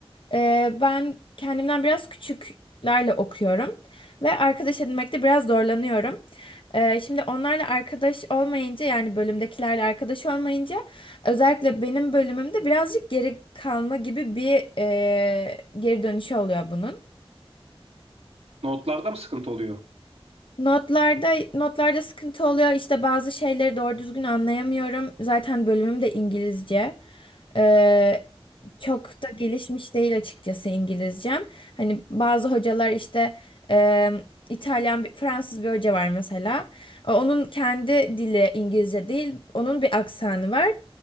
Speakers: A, on the left; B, on the right.
A: Ee, ben kendimden biraz küçüklerle okuyorum ve arkadaş edinmekte biraz zorlanıyorum. Ee, şimdi onlarla arkadaş olmayınca yani bölümdekilerle arkadaş olmayınca özellikle benim bölümümde birazcık geri kalma gibi bir e, geri dönüşü oluyor bunun.
B: Notlarda mı sıkıntı oluyor?
A: Notlarda notlarda sıkıntı oluyor. İşte bazı şeyleri doğru düzgün anlayamıyorum. Zaten bölümüm de İngilizce. Ee, çok da gelişmiş değil açıkçası İngilizcem. Hani bazı hocalar işte e, İtalyan, bir, Fransız bir hoca var mesela. Onun kendi dili İngilizce değil. Onun bir aksanı var.